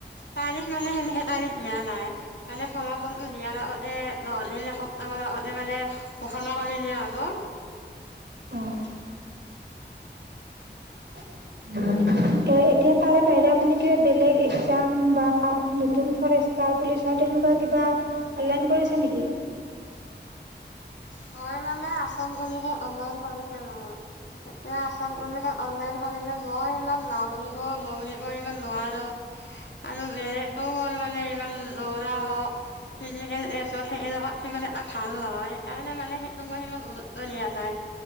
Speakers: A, on the left; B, on the right.
A: তাৰিখ মানে সেনে সেইকাৰণে দিয়া নাই। মানে ফলাফলটো দিয়াৰ আগতে <unintelligible> এসপ্তাহ আগতে মানে ঘোষণা কৰিলে <unintelligible>
B: উম। এ এতিয়া তাৰে
A: মই
B: বাহিৰে আপুনি কিবা বেলেগ এক্সাম বা নতুন ফৰেষ্টাৰ পুলিচৰ তেনে <unintelligible> কিবা অনলাইন কৰিছে নেকি।
A: মই মানে আচাম পুলিচত অনলাইন কৰিছিলো। এতিয়া আচাম পুলিচত অনলাইন কৰিলে মই ইমান <unintelligible> ইমান নোৱাৰো। আৰু <unintelligible> মোৰ মানে ইমান দৌৰা হওঁক, ফিজিকেল <unintelligible> সেইবিলাকত সিমান এটা ভাল নহয়। সেইকাৰণে মানে সেইটো মই সিমান গুৰুত্ব দিয়া নাই।